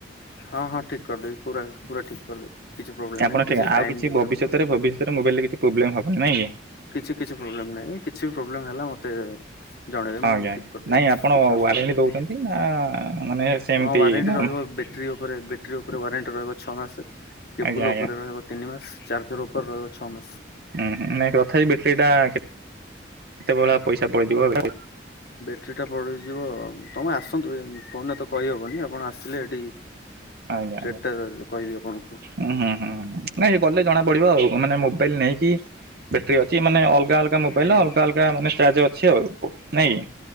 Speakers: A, on the left (about 55°); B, on the right (about 55°).
A: ହଁ ହଁ ଠିକ କରିଦେବି ପୁରା ପୁରା ଠିକ କରିଦେବି। କିଛି ପ୍ରୋବ୍ଲେମ
B: ଆପଣ
A: ନାହିଁ
B: ଠିକ,
A: ଟାଇମ
B: ଆଉ, କିଛି
A: ଦେବେ
B: ଭବିଷ୍ୟତରେ-ଭବିଷ୍ୟତରେ
A: ଆପଣ
B: ମୋବାଇଲ ରେ କିଛି ପ୍ରୋବ୍ଲେମ ହବନି ନାଇଁ କି?
A: କିଛି କିଛି ପ୍ରୋବ୍ଲେମ ନାହିଁ। କିଛି ପ୍ରୋବ୍ଲେମ ହେଲା ମତେ ଜଣେଇବେ, ମୁଁ
B: ଆଜ୍ଞା ଆଜ୍ଞା
A: ଠିକ କରିଦେବି,
B: ନାଇଁ ଆପଣ
A: କିଛି ଅସୁବିଧା
B: ୱାରେଣ୍ଟି
A: ନାହିଁ।
B: ଦଉଛନ୍ତି ନା ମାନେ ସେମିତି
A: ହଁ ୱାରେଣ୍ଟି
B: ନର୍ମ
A: ରହିବ। ବ୍ୟାଟେରୀ ଉପରେ ବ୍ୟାଟେରୀ ଉପରେ ୱାରେଣ୍ଟି ରହିବ ଛଅ ମାସ, କେବୁଲ
B: ଆଜ୍ଞା ଆଜ୍ଞା
A: ଉପରେ ରହିବ ତିନି ମାସ। ଚାର୍ଜର ଉପରେ ରହିବ ଛଅ ମାସ।
B: ଉ- ହୁଁ-ତଥାପି ବ୍ୟାଟେରୀଟା କେତ କେତେ ଭଳିଆ ପଇସା ପଡ଼ିଯିବ?
A: ବ୍ୟାଟେରୀଟା ପୋଡ଼ିଯିବ, ତମେ ଆସନ୍ତୁ, ଫୋନରେ ତ କହିହେବନି, ଆପଣ ଆସିଲେ ଏଠି
B: ଆଜ୍ଞା ଆଜ୍ଞା
A: ସେଟଟା କହିବି ଆପଣଙ୍କୁ
B: ହୁଁ ହୁଁ ହୁଁ ନାଇଁ, ଗଲେ ଜଣା ପଡିବ, ଆଉ ମାନେ ମୋବାଇଲ ନେଇକି ବ୍ୟାଟେରୀ ଅଛି, ମାନେ ଅଲଗା ଅଲଗା ମୋବାଇଲ,
A: ଆଜ୍ଞା।
B: ଅଲଗା ଅଲଗା ମାନେ ଚାର୍ଜ ଅଛି, ଆଉ ନାଇଁ କି?